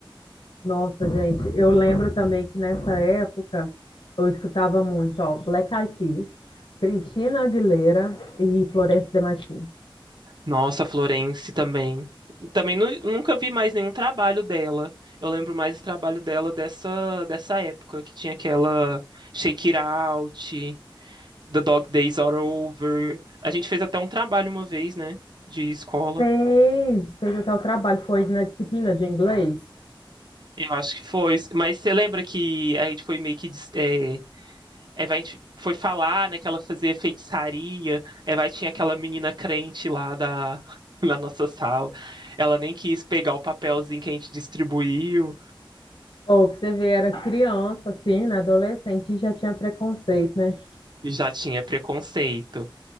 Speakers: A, on the left (about 70°); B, on the right (about 55°).
A: Nossa, gente, eu lembro também que nessa época eu escutava muito, ó, Black Eyed Peas, Cristina Aguilera e Florence Demachim.
B: Nossa, Florence também. Também nu- nunca vi mais nenhum trabalho dela. Eu lembro mais do trabalho dela dessa, dessa época, que tinha aquela Shake It Out, The Dog Days Are Over. A gente fez até um trabalho uma vez, né? De escola.
A: Fez, fez até o trabalho, foi na disciplina de inglês.
B: Eu acho que foi. Mas você lembra que a gente foi meio que. des- É, Eva, a gente foi falar, né? Que ela fazia feitiçaria. Eva tinha aquela menina crente lá da, <laughs> na nossa sala. Ela nem quis pegar o papelzinho que a gente distribuiu.
A: Ou pra você ver, era criança, assim, né, adolescente, e já tinha preconceito, né?
B: E já tinha preconceito.